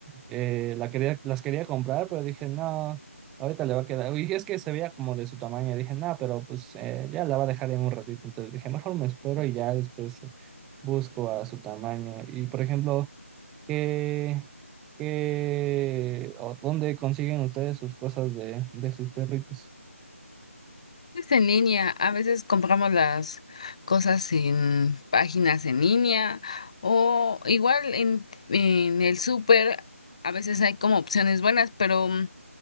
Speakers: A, in the centre; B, on the left.
A: eh, la quería, las quería comprar, pero dije, no, ahorita le va a quedar. Y es que se veía como de su tamaño, dije, no, pero pues eh, ya la va a dejar en un ratito. Entonces dije, mejor me espero y ya después busco a su tamaño. Y por ejemplo, ¿qué, qué o dónde consiguen ustedes sus cosas de, de sus perritos?
B: Es en línea, a veces compramos las cosas en páginas en línea o igual en, en el súper, a veces hay como opciones buenas, pero